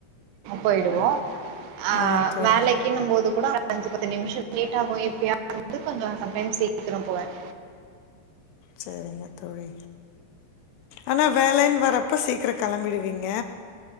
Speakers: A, on the right (about 85°); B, on the left (about 80°).
A: போயிடுவோம் ஆஹ்
B: ஆ தோழி.
A: வேலைகின்னுபோது கூட அஞ்சு பத்து நிம்ஷ லேட் ஆகும் எப்யாது கொஞ் சம்டைம்ஸ் சீக்கிரம் போவேன்
B: சரிங்க தோழி ஆனால் வேலைன்னு வரப்போ சீக்கிரம் கிளம்பிடுவீங்க